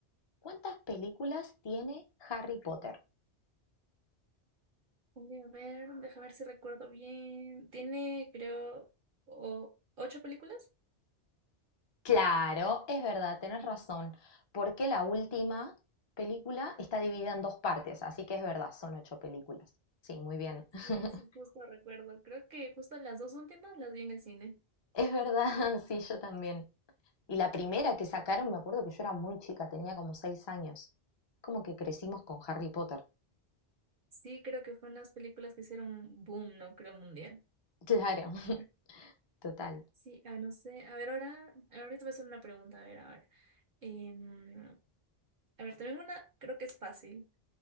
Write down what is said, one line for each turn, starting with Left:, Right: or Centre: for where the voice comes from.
Left: ¿Cuántas películas tiene Harry Potter?
Right: Voy a ver, déjame ver si recuerdo bien. Tiene, creo, o- ocho películas.
Left: Claro, es verdad, tenés razón, porque la última película está dividida en dos partes, así que es verdad, son ocho películas. Sí, muy bien. <laughs>
Right: Sí, sí, justo recuerdo. Creo que justo las dos últimas las vi en el cine.
Left: Es verdad, <laughs> sí, yo también. Y la primera que sacaron, me acuerdo que yo era muy chica, tenía como seis años. Como que crecimos con Harry Potter.
Right: Sí, creo que fueron las películas que hicieron boom, no creo mundial.
Left: Claro, <laughs> total.
Right: Sí, ah, no sé. A ver, ahora, ahorita voy a hacer una pregunta, a ver, ahora. Em, a ver, también una, creo que es fácil.